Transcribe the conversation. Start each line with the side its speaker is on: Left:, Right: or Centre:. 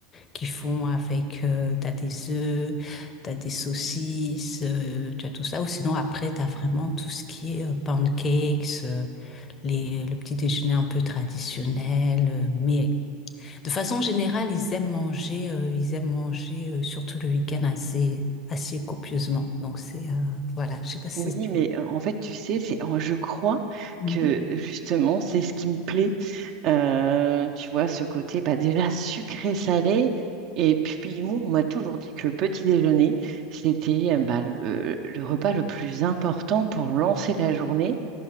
Left: qu'ils font avec, euh, t'as des œufs, t'as des saucisses, euh, t'as tout ça, ou sinon après t'as vraiment tout ce qui est euh, pancakes, euh, les, le petit déjeuner un peu traditionnel, euh, mais de façon générale, ils aiment manger, euh, ils aiment manger euh, surtout le week-end assez, assez copieusement. Donc c'est euh, voilà, je sais pas si
Right: Oui, mais
Left: c'est.
Right: euh, en fait, tu sais, c'est, je crois
Left: Mhm.
Right: que justement, c'est ce qui me plaît Euh, tu vois, ce côté bah, déjà sucré-salé. Et puis, moi, on m'a toujours dit que le petit déjeuner, c'était euh, bah, le, le repas le plus important pour lancer la journée.